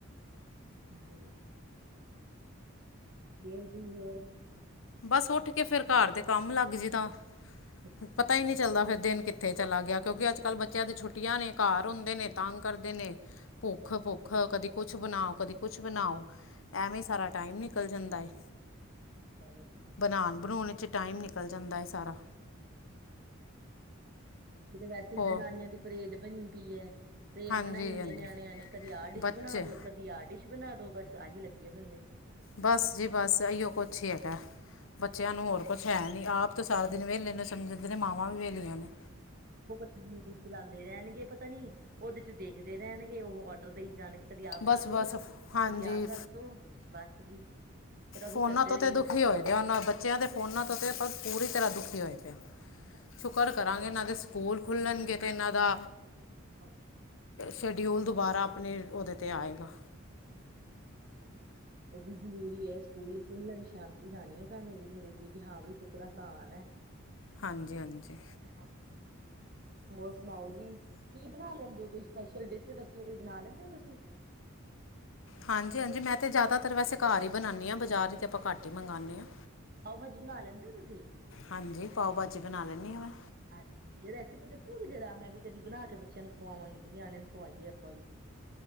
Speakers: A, on the right; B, on the left.
A: <unintelligible> <unintelligible>
B: ਬੱਸ ਉੱਠ ਕੇ ਫਿਰ ਘਰ ਦੇ ਕੰਮ ਲੱਗ ਜਾਈ ਦਾ
A: ਅੱਛਾ ਅੱਛਾ
B: ਪਤਾ
A: ਹਾਂਜੀ
B: ਹੀ ਨਹੀਂ ਚੱਲਦਾ ਫਿਰ ਦਿਨ ਕਿਤੇ ਇੱਥੇ ਚਲਾ ਗਿਆ ਕਿਉਂਕਿ ਅੱਜ ਕੱਲ੍ਹ ਬੱਚਿਆਂ ਦੀ ਛੁੱਟੀਆਂ ਨੇ ਘਰ ਹੁੰਦੇ ਨੇ ਤੰਗ ਕਰਦੇ ਨੇ ਭੁੱਖ
A: ਹਾਂਜੀ
B: - ਭੁੱਖ ਕਦੀ ਕੁੱਛ ਬਣਾਓ ਕਦੀ ਕੁੱਛ ਬਣਾਓ
A: ਹਾਂਜੀ
B: ਐਵੇਂ ਹੀ ਸਾਰਾ
A: ਹਾਂਜੀ
B: ਟਾਈਮ ਨਿਕਲ ਜਾਂਦਾ ਏ।
A: <unintelligible>
B: ਬਣਾਉਣ- ਬਣਾਉਣ ਚ ਟਾਈਮ ਨਿਕਲ ਜਾਂਦਾ ਹੈ ਸਾਰਾ
A: ਤੇ ਵੈਸੇ ਹੀ
B: ਹੋਰ
A: ਜਨਾਨੀਆਂ ਦੀ ਪਰੇਡ ਬਣੀ ਪਈ ਹੈ। ਰੇਲ
B: ਹਾਂਜੀ
A: ਬਣਾਈ ਹੋਈ
B: ਹਾਂਜੀ
A: ਹੈ ਨਿਆਣਿਆਂ ਨੇ ਕਦੀ ਆਹ ਡਿਸ਼
B: ਬੱਚੇ
A: ਬਣਾ ਦੋ ਕਦੀ ਆਹ ਡਿਸ਼ ਬਣਾਦੋ ਬਸ ਆਹੀ ਲੱਗੇ ਹੋਏ ਨੇ।
B: ਬਸ ਜੀ ਬਸ ਇਹੀਓ ਕੁਛ ਠੀਕ ਹੈ ਬੱਚਿਆਂ ਨੂੰ ਹੋਰ ਕੁਛ ਹੈ ਨਹੀਂ ਆਪ ਸਾਰਾ ਦਿਨ ਵਹਲੇ ਨੂੰ ਜਦੇ ਨੇ ਮਾਵਾਂ ਵੀ ਵਿਹਲੀਆਂ
A: ਹਾਂਜੀ
B: ਨੇ
A: ਉਹ ਕੁਛ ਯੂਟਿਊਬ ਚਲਾਉਂਦੇ ਰਹਿਣਗੇ ਪਤਾ ਨੀ ਉਹਦੇ ਚ ਦੇਖ ਖਡਦੇ ਰਹਿਣਗੇ ਉਹ ਔਡਰ ਦਈ ਜਾਣਗੇ ਕਦੀ ਆਹ ਬਣਾ
B: ਬਸ ਬਸ
A: ਦੋ
B: ਹਾਂਜੀ
A: ਕਦੀ ਆਹ ਕਰਦੋ। ਬਸ ਜੀ। ਫੇਰ ਉਹੀ
B: ਫੋਨਾਂ
A: ਕਰਦੇ
B: ਤੋਂ
A: ਰਹੀਓ
B: ਤਾਂ ਦੁਖੀ
A: ਬਸ।
B: ਹੋਏ। ਇਹਨਾਂ ਬੱਚਿਆਂ ਦੇ ਫੋਨਾਂ ਤੋਂ ਤਾਂ ਆਪਾਂ ਪੂਰੀ ਤਰ੍ਹਾਂ ਦੁਖੀ ਹੋਏ ਪਏ ਹਾਂ
A: ਹਾਂਜੀ
B: ਸ਼ੁਕਰ
A: ਹਾਂਜੀ
B: ਕਰਾਂਗੇ ਇਹਨਾਂ ਦੇ ਸਕੂਲ ਸਕੂਲ ਖੁੱਲ੍ਹਣਗੇ ਤੇ ਇਹਨਾਂ ਦਾ
A: <unintelligible>
B: ਸ਼ਡਿਊਲ ਦੁਬਾਰਾ ਆਪਣੇ ਉਹਦੇ 'ਤੇ ਆਏਗਾ।
A: <unintelligible> ਉਹ ਵੀ ਜ਼ਰੂਰੀ ਹੈ ਸਕੂਲ ਖੁੱਲਣ ਸ਼ਾਂਤੀ ਆਣੀ ਹੈ ਸਾਨੂੰ ਵੀ ਥੋੜੀ ਜਿਹੀ ਹਾਂ ਵੀ ਸੁੱਖ ਦਾ ਸਾਹ ਆਣਾ ਹੈ। <unintelligible>
B: ਹਾਂਜੀ- ਹਾਂਜੀ।
A: ਹਾਂਜੀ। ਹੋਰ ਸੁਣਾਓ ਜੀ ਕੀ ਬਣਾ ਲੈਂਦੇ ਹੋ ਕੋਈ ਸਪੈਸ਼ਲ ਡਿਸ਼ ਦੱਸੋ ਕੋਈ ਬਣਾ ਲੈਂਦੇ ਹੋ ਤੁਸੀਂ।
B: ਹਾਂਜੀ- ਹਾਂਜੀ ਮੈਂ ਤੇ ਜ਼ਿਆਦਾਤਰ ਵੈਸੇ ਘਰ ਹੀ ਬਣਾਉਂਣੀ ਹਾਂ। ਬਾਜ਼ਾਰ ਹੀ ਤੇ ਆਪਾਂ ਘੱਟ ਹੀ ਮੰਗਵਾਉਂਦੇ ਹਾਂ।
A: ਪਾਓ ਭਾਜੀ ਬਣਾ ਲੈਂਦੇ ਹੋ ਤੁਸੀਂ
B: ਹਾਂਜੀ। ਪਾਓ ਭਾਜੀ ਬਣਾ ਲੈਂਦੀ ਹਾਂ ਮੈਂ।
A: ਅੱਛਾ ਜੀ ਰੈਸੀਪੀ ਦੱਸੋਗੀ ਜਰਾ ਮੈਂ ਵੀ ਕਦੀ ਬਣਾ ਕੇ ਬੱਚਿਆਂ ਨੂੰ ਖੁਵਾਵਾਂਗੀ ਜੀ ਨਿਆਣਿਆਂ ਨੂੰ ਖਵਾਈਏ ਆਪਾਂ ਵੀ।